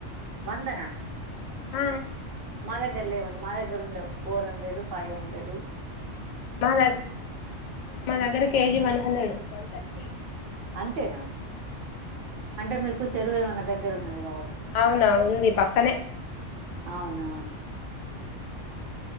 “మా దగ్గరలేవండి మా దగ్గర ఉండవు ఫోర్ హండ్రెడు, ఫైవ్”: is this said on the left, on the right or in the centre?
Right